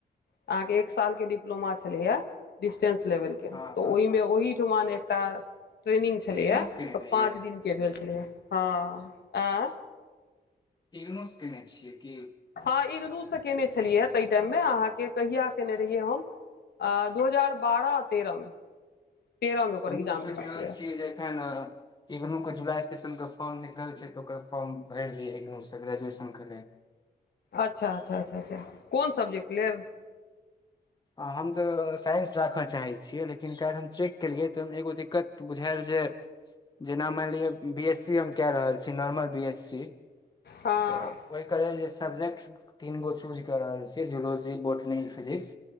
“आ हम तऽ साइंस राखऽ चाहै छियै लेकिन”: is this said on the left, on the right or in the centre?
Left